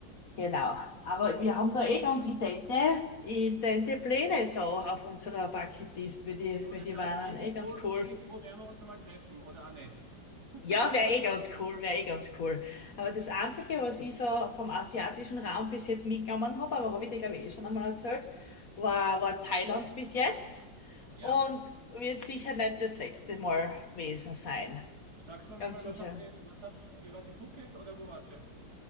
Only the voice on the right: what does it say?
Du,
das
schaut,
irgendwo,
irgendwo werden wir uns einmal treffen oder auch nicht. <laughs>
Ja?
Sagst mir nochmal,
was habt ihr, was habt ihr, wart ihr Phuket oder wo wart ihr?